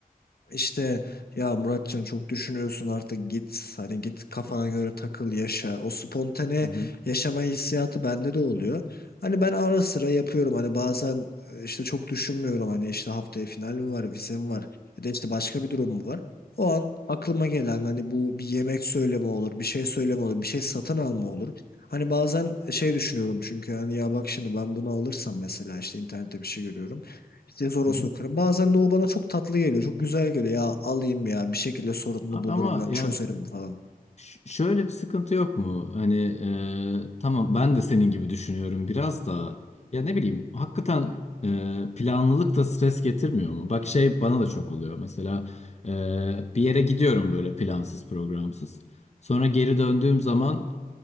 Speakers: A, on the left (about 85°); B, on the left (about 45°).
A: işte ya Muratcan çok düşünüyorsun artık git hani git kafana göre takıl yaşa. O spontane
B: hı hı,
A: yaşama hissiyatı bende de oluyor. Hani ben ara sıra yapıyorum hani bazen e, işte çok düşünmüyorum hani işte haftaya finalim var, vizem var ya da işte başka bir durum mu var. O an aklıma gelen hani bu bir yemek söyleme olur, bir şey söyleme olur, bir şey satın alma olur. Hani bazen şey düşünüyorum çünkü hani ya bak şimdi ben bunu alırsam mesela işte internette bir şey görüyorum. İşte zora
B: hı
A: sokarım.
B: hı.
A: Bazen de o bana çok tatlı geliyor. Çok güzel geliyor. Ya alayım ya bir şekilde sorununu
B: Abi
A: bulurum
B: ama
A: ben
B: ya
A: çözerim falan.
B: Ş- Şöyle bir sıkıntı yok mu? Hani e, tamam ben de senin gibi düşünüyorum biraz da ya ne bileyim hakikaten e, planlılık da stres getirmiyor mu? Bak şey bana da çok oluyor mesela e, bir yere gidiyorum böyle plansız programsız. Sonra geri döndüğüm zaman